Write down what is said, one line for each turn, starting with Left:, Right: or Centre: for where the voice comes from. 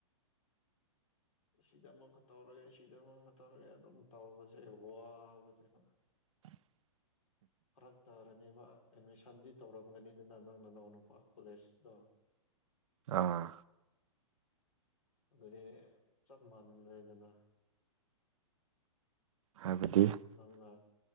Right: ꯑ
Left: ꯁꯤꯗ ꯑꯃꯨꯛꯀ ꯇꯧꯔꯒꯦ ꯁꯤꯗ ꯑꯃꯨꯛꯀ ꯇꯧꯔꯒꯦ ꯑꯗꯨꯝ ꯇꯧꯕꯁꯦ ꯋꯥꯕꯅꯦꯦꯕ
Right: <inaudible>
Left: ꯐ ꯇꯕꯔꯅꯤ ꯁꯗꯤ ꯇꯧꯔꯝꯒꯅꯤꯗꯨꯅ ꯅꯪ ꯅꯅꯥꯎ ꯅꯨꯄꯥ ꯀꯣꯂꯦꯖꯇ
Right: ꯑꯥ
Left: ꯑꯗꯨꯗꯤ ꯆꯞ ꯃꯥꯟꯅꯗꯦ ꯑꯗꯨꯅ
Right: ꯍꯥꯏꯕꯗꯤ
Left: ꯅꯪꯅ